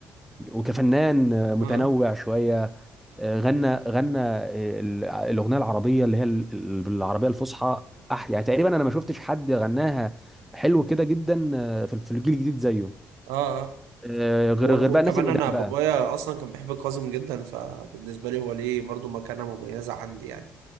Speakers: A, in the centre; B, on the right (about 80°).
A: وكفنان آه، متنوع
B: اه
A: شوية آه، غنى غنى آه، ال- الاغنيه العربيه اللي هي ال- ال- بالعربيه الفصحى أح يعني تقريبا انا ما شفتش حد غناها حلو كده جدا آه، في في الجيل الجديد زيه
B: اه اه
A: آه، غير
B: و-
A: غير بقى
B: وكمان
A: الناس القدام
B: انا بابايا
A: بقى
B: اصلا كان بيحب كاظم جدا فبالنسبه لي هو ليه برضو مكانه مميزه عندي يعني